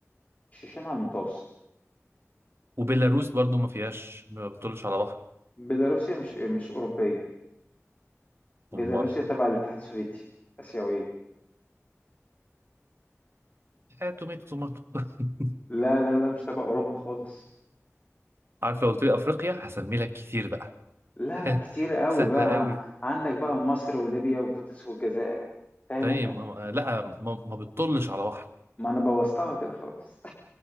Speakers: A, on the left (about 30°); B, on the right (about 50°).
A: شيشان على المتوسط
B: وبيلاروس برضو ما فيهاش ما بتطلش على بحر
A: بيلاروسيا مش مش أوروبية بيلاروسيا
B: امال <laughs>
A: تبع الاتحاد السوفيتي آسيوية
B: آه، توميتو توماتو <laughs>
A: لا لا لا مش تبع أوروبا خالص
B: عارف لو قلت لي افريقيا هسمي لك كتير بقى
A: لا
B: <laughs>
A: كتير قوي
B: سهله
A: بقى
B: قوي
A: عندك بقى مصر وليبيا وتونس والجزائر فاهم
B: ثاني
A: انت
B: م- م- لا ما, ما بتطلش على بحر
A: ما انا بوظتها كده خلاص